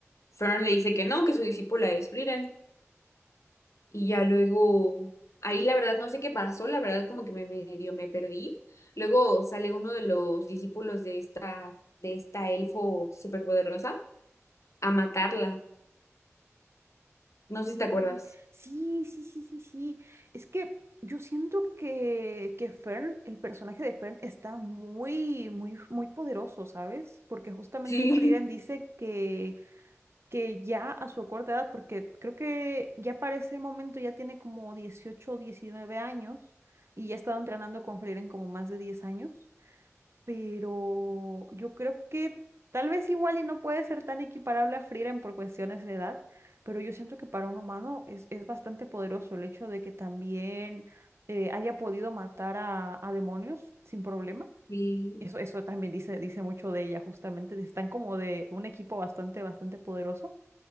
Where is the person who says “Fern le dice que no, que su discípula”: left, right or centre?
Left